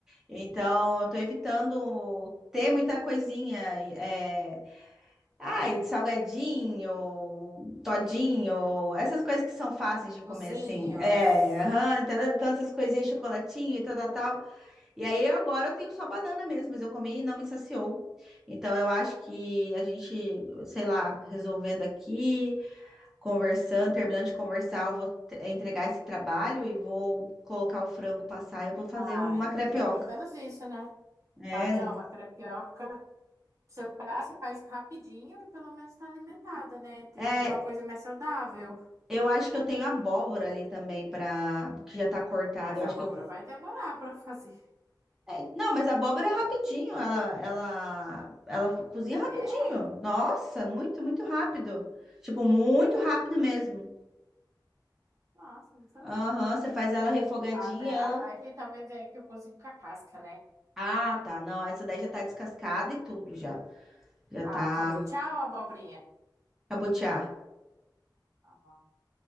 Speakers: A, in the centre; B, on the right.
A: Então, eu tô evitando ter muita coisinha. e, É... Ai, salgadinho, todinho, essas coisas que são fáceis de comer
B: Cozinhos.
A: assim. É, aham, então, então essas coisinhas, chocolatinho e tal, tal, tal. E aí agora eu tenho só banana mesmo, mas eu comi e não me saciou. Então eu acho que a gente, sei lá, resolvendo aqui, conversando, terminando de conversar, eu vou te- eh, entregar esse trabalho e vou colocar o frango passar e eu vou fazer
B: Ai,
A: uma crepioca.
B: pelo menos isso, né?
A: É,
B: Faz ó, uma crepioca. Você vai lá, você faz rapidinho e pelo menos tá alimentada, né? Tem
A: é,
B: uma coisa mais saudável.
A: eu acho que eu tenho abóbora ali também para que já tá cortada.
B: Mas
A: Eu
B: a
A: acho
B: abóbora
A: que eu
B: vai demorar pra fazer.
A: é, Não, mas a abóbora é rapidinho, ela ela ela cozinha rapidinho.
B: É?
A: Nossa, muito, muito rápido. Tipo, muito rápido mesmo.
B: Nossa, não sabia.
A: Aham, você faz ela refogadinha,
B: A, me- a-
A: ela.
B: aqui talvez é que eu cozinho com a casca, né?
A: Ah, tá. Não, essa daí já tá descascada e tudo já. Já
B: Ah,
A: tá
B: acabou. Tchau, abobrinha.
A: cabotear.
B: Ah,